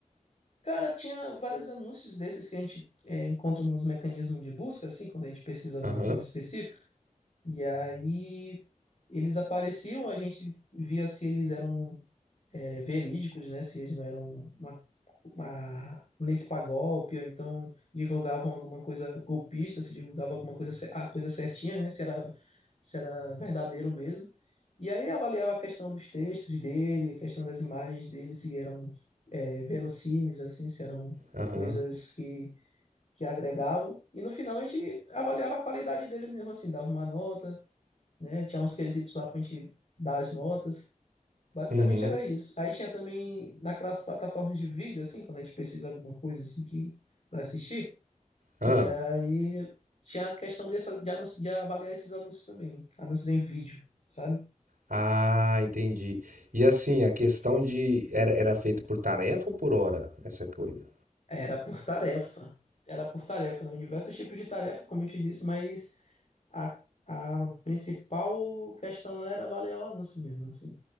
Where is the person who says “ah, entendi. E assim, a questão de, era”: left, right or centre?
Right